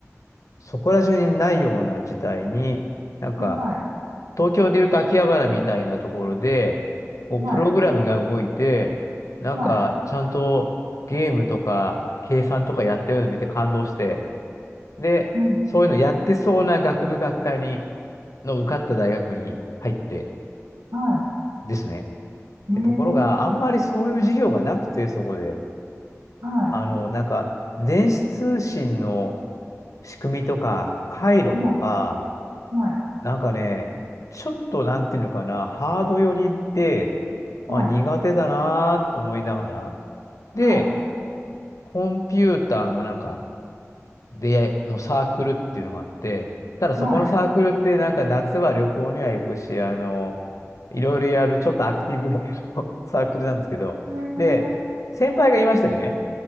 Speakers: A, on the left; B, on the right.
A: そこら中にないような時代に、なんか
B: はい。
A: 東京でいうと秋葉原みたいなところで、こうプログラムが動いて、
B: はい。
A: なんかちゃんとゲームとか計算とかやってるのを見て感動して、
B: はい。
A: で、
B: ええ、
A: そういうのやってそうな学部学科に、の受かった大学に入って
B: は
A: ですね。
B: い。ええ、
A: でところがあんまりそういう授業がなくて、そこで。
B: は
A: あの、なんか電子通信の仕組みとか、回路とか、
B: い。はい。はい。
A: なんかね、ちょっとなんていうのかな、ハード寄りで、あ、
B: はい。
A: 苦手だなーと思いながら。で、
B: はい。
A: コンピューターのなんか、で、のサークルっていうのがあって、ただそこのサークルってなんか夏は旅行には行くし、
B: はい。
A: あの、いろいろやるちょっとアクティブ系の <laughs> サークルなんですけど、
B: ええ、
A: で、先輩がいましてね、